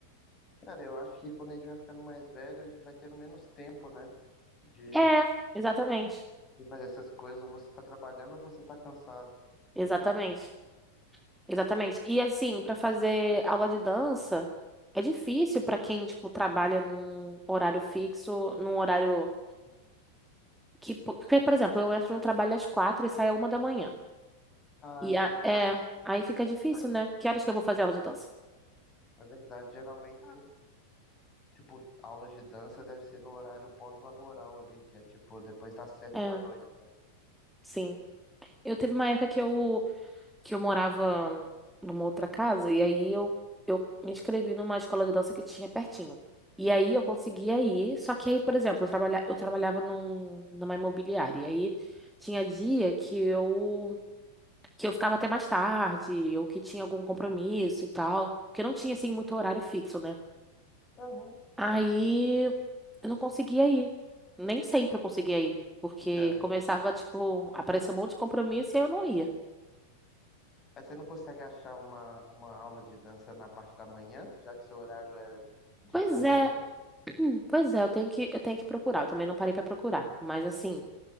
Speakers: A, on the left; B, in the centre.
A: Cara, eu acho que quando a gente vai ficando mais velho, a gente vai tendo menos tempo, né? De,
B: É, exatamente.
A: de fazer essas coisas. Ou você tá trabalhando ou você tá cansado.
B: Exatamente.
A: Então, <laughs>
B: Exatamente. E assim, pra fazer aula de dança, é difícil pra quem, tipo, trabalha num horário fixo, num horário. Que, po- porque, por exemplo, eu entro no trabalho às quatro e saio à uma da manhã.
A: ah,
B: E
A: fica
B: a-
A: difícil.
B: é, aí fica difícil,
A: É
B: né? Que horas que eu vou fazer aula de dança?
A: é verdade, geralmente, tipo, aulas de dança deve ser no horário pós-laboral ali, que é tipo depois das sete
B: É,
A: da noite, né?
B: sim. Eu teve uma época que eu, que eu morava numa outra casa e aí eu, eu me inscrevi numa escola de dança que tinha pertinho. E aí eu conseguia ir, só que aí, por exemplo, eu, trabalha, eu trabalhava num, numa imobiliária. E aí tinha dia que eu, que eu ficava até mais tarde, ou que tinha algum compromisso e tal. Porque não tinha, assim, muito horário fixo, né?
A: Uhum.
B: Aí eu não conseguia ir. Nem sempre eu conseguia ir. Porque
A: Cara,
B: começava, tipo, a aparecer um monte de compromisso e aí eu não ia.
A: Mas você não consegue achar uma, uma aula de dança na parte da manhã, já que seu horário é de
B: Pois
A: tarde
B: é,
A: à noite?
B: <clears throat> pois é, eu tenho que, eu tenho que procurar. Eu também não parei pra procurar. Mas assim,